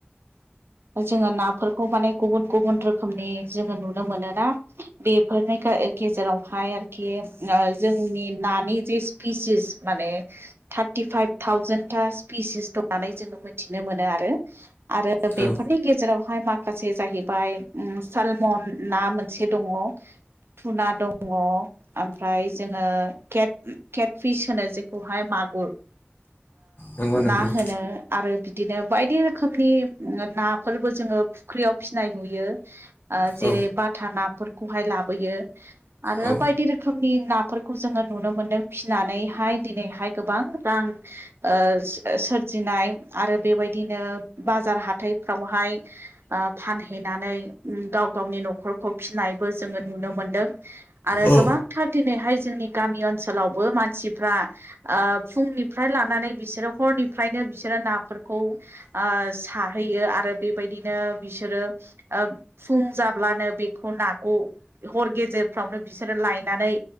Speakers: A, on the right; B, on the left.
A: जोङो नाफोरखौ माने गुबुन गुबुन रोखोमनि जोङो नुनो मोनोना बेफोरनिख गेजेरावहाय आरोखि जोंनि नानि जि पिसिस माने थार्टिफाइभ थावजेन थास नानै जोङो मिथिनो मोनो आरो आरो बेफोरनि
B: हाबावगोन औ
A: गेजेरावहाय माखासे जाहैबाय सालमन ना मोनसे दङ धुना दङ ओमफ्राय जोङो के केट फिस होनो जेखौहाय मा गुर
B: नंगौ नंगौ
A: ना होनो आरो बिदिनो बायदि रोखोमनि नाफोरबो जोङो फुख्रियाव फिसिनाय नुयो ओ जेरै
B: औ
A: बा था नाफोरखौहाय लाबोयो आरो
B: औ
A: बायदि रोखोमनि नाफोरखौ जोङो नुनो मोनदों होननानैहाय दिनैहाय गोबां रां ओ सोरजिनाय आरो बेबायदिनो बाजार हाथायफ्रावहाय फानहैनानै गाव गावनि न'खखौ फिनायबो जोङो नुनो मोनदों आरो
B: औ
A: गोबांथार दिनैहाय जोंनि गामि ओनसोलावबो मानसि मानसिफ्रा फुंनिफ्राय लानानै बिसोरो हरनिफ्रायनो बिसोरो नाफोरखौ साहैयो आरो बेबायदिनो बिसोरो फुं जाब्लानो बे नाखौ हर गेजेरफ्रावनो बिसोरो लायनानै